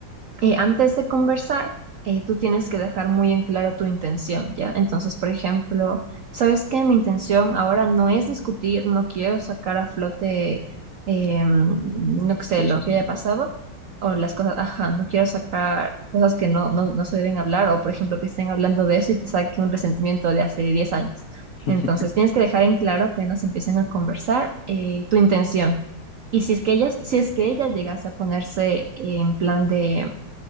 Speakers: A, on the right; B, on the left.
A: eh, antes de conversar, eh, tú tienes que dejar muy en claro tu intención, ¿ya? Entonces, por ejemplo, ¿sabes qué? Mi intención ahora no es discutir, no quiero sacar a flote, eh, no sé,
B: Cosas
A: lo que
B: malas.
A: haya pasado o las cosas, ajá, no quiero sacar cosas que no, no, no se deben hablar o, por ejemplo, que estén hablando de eso y te saque un resentimiento de hace 10 años.
B: <laughs>
A: Entonces, tienes que dejar en claro apenas empiecen a conversar eh, tu intención. Y si es que ellas, si es que ellas llegase a ponerse en plan de